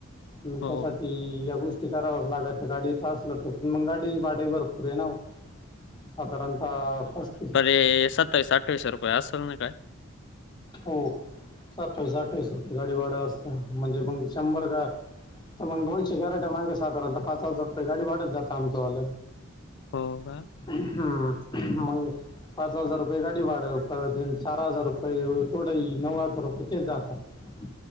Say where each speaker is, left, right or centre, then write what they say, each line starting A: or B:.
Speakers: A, on the left; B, on the left.
A: त्यासाठी
B: हो.
A: या गोष्टी कराव्याच लागत गाडीत असलं तो पण मग गाडी भाडे भरपूर आहे ना. साधारणतः पस्तीस
B: ते सत्त सत्तावीस अठ्ठवीशे रुपये असेल ना काय?
A: हो सत्तावीस अठ्ठावीस रुपये गाडी भाडं असतं म्हणजे मंग शंभर काय तर मग दोनशे क्यारट्या मागे साधारण पाच हजार रुपये गाडी वाढत जातं आमंचवाल.
B: हो का?
A: हम्म, मग पाच हजार रुपये गाडी भाडं पडतन, चार हजार रुपयं होय- होय का तेव्हढे नऊ हजार रुपये तेच जातात